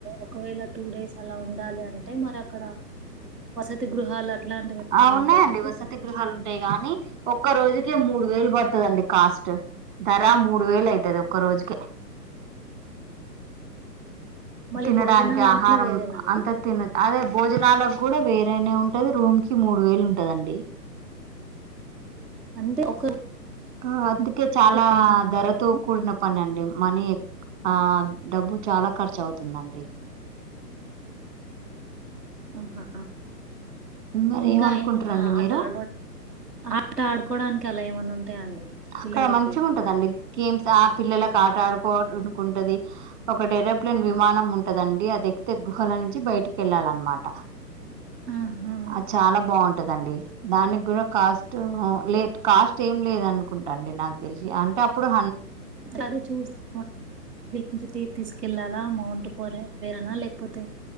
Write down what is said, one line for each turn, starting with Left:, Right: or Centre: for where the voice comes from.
Centre: ఒకవేళ టూ డేస్ అలా ఉండాలి అంటే మరి అక్కడ వసతి గృహాలు అట్లాంటివేమన్నా
Right: ఆ ఉన్నాయండి
Centre: ఉంటాయండి?
Right: వసతి గృహాలు ఉంటాయి గానీ ఒక్క రోజుకే మూడు వేలు పడుతదండి కాస్ట్ ధర మూడు వేలు అయితది ఒక్క రోజుకే
Centre: మళ్ళీ
Right: తినడానికి
Centre: భోజనాలన్నీ
Right: ఆహారం
Centre: వేరేనా అండి?
Right: అంతా తిన అదే భోజనాలకు కూడా వేరేనే ఉంటది రూమ్ కి మూడు వేలు ఉంటదండి
Centre: అంటే ఓ
Right: ఆ అందుకే చాలా
Centre: రూమ్‌కి
Right: ధరతో
Centre: మాత్రమే.
Right: కూడిన పని అండి మనీ ఆ డబ్బు చాలా ఖర్చు అవుతుందండి
Centre: ఆహా
Right: మరి
Centre: ఇంకా
Right: ఏమనుకుంటారండి
Centre: ఏమన్నా ఆట
Right: మీరు
Centre: ఆడుకో ఆట ఆడుకోడానికి అలా ఏమన్నా ఉంటాయా అండి
Right: అక్కడ
Centre: పిల్లలకి?
Right: మంచిగ ఉంటదండి గేమ్స్ యాప్ పిల్లలకు ఆట ఆడుకోవడానికికుంటది ఒకటి ఏరోప్లేన్ విమానం ఉంటదండి అది ఎక్కుతే గుహల నుంచి బయటికి వెళ్ళాల అన్నమాట
Centre: ఆహా!
Right: ఆ చాలా బాగుంటా ఉంటదండి దానికి కూడా కాస్ట్ కాస్ట్ ఏం లేద కుంటం నాకు తెలిసి అంటే అప్పుడుం
Centre: అదే చూసి తీసుకెళ్ళాలా మౌంట్ పోరే పేరున్న లేకపోతే